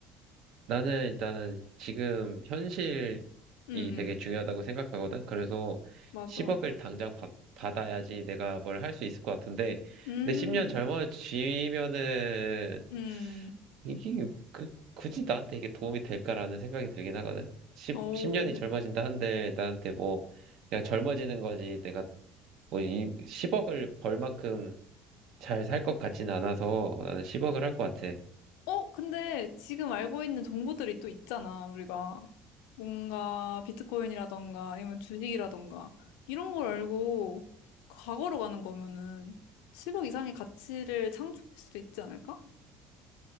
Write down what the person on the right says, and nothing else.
나는 일단은 지금 현실이
되게
중요하다고 생각하거든. 그래서
10억을 당장 받, 받아야지 내가 뭘 할 수 있을 것 같은데,
근데 10년 젊어지면은
이게 그, 굳이 나한테 이게 도움이 될까라는 생각이 들긴 하거든. 10,
10년이 젊어진다 한들 나한테 뭐 그냥 젊어지는 거지. 내가 뭐 이 10억을 벌 만큼 잘 살 것 같진 않아서 나는 10억을 할 것 같아.